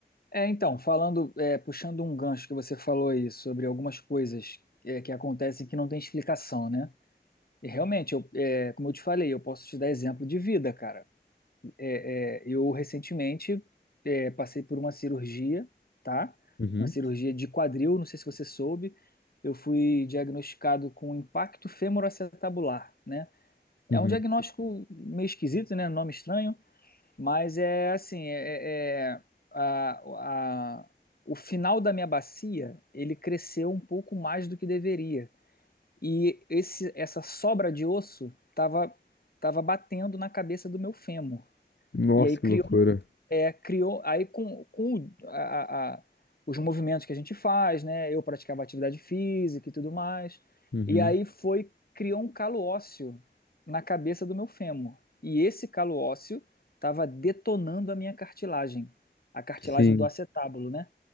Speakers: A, on the left; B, on the left.
A: É, então, falando, é, puxando um gancho que você falou aí sobre algumas coisas é, que acontecem que não tem explicação, né? E realmente, eu, é, como eu te falei, eu posso te dar exemplo de vida, cara. É, é, eu recentemente é, passei por uma cirurgia, tá?
B: Uhum.
A: Uma cirurgia de quadril, não sei se você soube. Eu fui diagnosticado com impacto femoroacetabular, né? É
B: Uhum.
A: um diagnóstico meio esquisito, né? Nome estranho mas é assim, é, é- é, a, a- o final da minha bacia, ele cresceu um pouco mais do que deveria. E esse, essa sobra de osso estava tava tava batendo na cabeça do meu fêmur.
B: Nossa,
A: E aí criou,
B: que loucura.
A: é, criou aí com, com o- a- a- a- os movimentos que a gente faz, né? Eu praticava atividade física e tudo mais.
B: Uhum.
A: E aí foi, criou um calo ósseo na cabeça do meu fêmur. E esse calo ósseo estava detonando a minha cartilagem, a cartilagem
B: Sim.
A: do acetábulo, né?